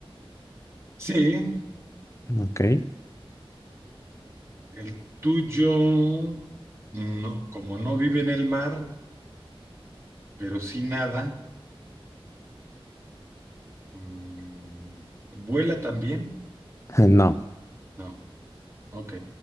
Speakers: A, on the right (about 25°); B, on the left (about 30°).
A: Sí,
B: ¿ok?
A: el tuyo, no, como no vive en el mar, pero sí nada, mm, ¿vuela también?
B: <laughs> No.
A: No, ok.